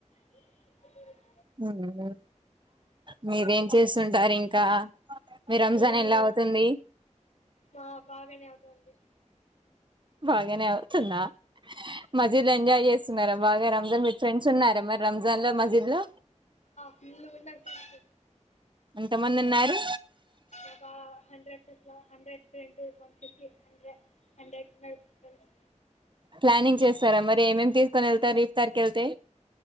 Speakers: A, on the left; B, on the right.
A: అ
B: హ మీరేం చేస్త్ స్తుంటారు ఇంకా మీ రంజాన్
A: మేము
B: ఎలా అవుతుంది
A: మా బాగానే అవుతుంది
B: బాగా నే అవుతుందా మజీద్ లో ఎంజాయ్ చేస్తున్నారా బాగా రంజాన్ విత్ ఫ్రెండ్స్ ఉన్నారా మరి రంజాన్ లో మజీద్ లో
A: ఫుల్గా ఉన్నారు ఫ్రెండ్స్
B: ఎంతమంది ఉన్నారు
A: ఒక హండ్రెడ్ హండ్రెడ్ ఫె వన్ ఫిఫ్టీ హండ్రెడ్ హండ్రెడ్ ఉన్నారు ఫ్రెండ్స్
B: ప్లానింగ్ చేస్త స్తారా మరి ఏమేమి తీసుకొని వెళ్తారు ఇఫ్తార్ కి వెళ్తే